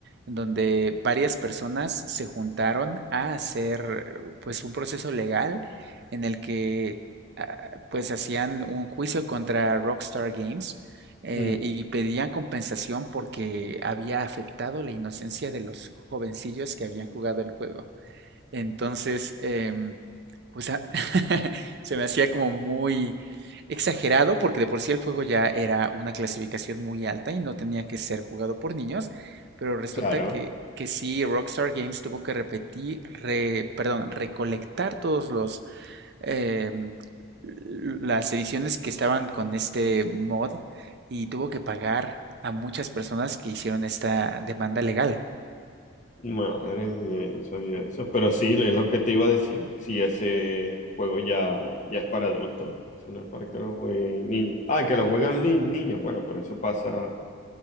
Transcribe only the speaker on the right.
en donde varias personas se juntaron a hacer pues un proceso legal en el que ah, pues hacían un juicio contra Rockstar Games eh,
y pedían compensación porque había afectado la inocencia de los jovencillos que habían jugado el juego. Entonces, em, pues a- <laughs> se me hacía como muy exagerado porque de por sí el juego ya era una clasificación muy alta y no tenía que ser jugado por niños, pero resulta
que, que sí, Rockstar Games tuvo que repetir, re- perdón, recolectar todos los em, l- las ediciones que estaban con este mod y tuvo que pagar a muchas personas que hicieron esta demanda legal.